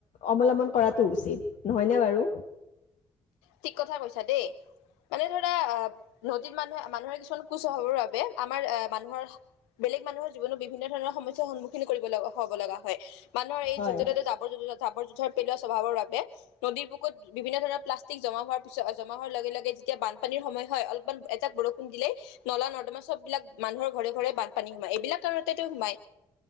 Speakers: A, on the left; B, on the left.
A: অৱলম্বন কৰাটো উচিত নহয়নে বাৰু।
B: ঠিক কথা কৈছা দেই মানে ধৰা আহ নদীত মানুহে মানুহে কিছুমান কুস্বভাৱৰ বাবে আমাৰ আহ মানুহৰ বেলেগ মানুহৰ জীৱনত বিভিন্ন ধৰণৰ সমস্যাৰ সন্মুখীন কৰিব লগা হব লগা হয় মানুহৰ এই
A: হয়
B: য'ত ত' জাবৰ জ জাবৰ জোথৰ পেলোৱা স্বভাৱৰ বাবে নদীৰ বুকত বিভিন্ন ধৰণৰ পাষ্টিক জমা হোৱাৰ পিছত জমা হোৱাৰ লগে লগে যেতিয়া বানপানীৰ সময় হয় অলপমান এজাক বৰষুণ দিলেই নলা নৰ্দমা সববিলাক মানুহৰ ঘৰে ঘৰে বানপানী সোমাই এইবিলাক কাৰণতে তেওঁ সোমাই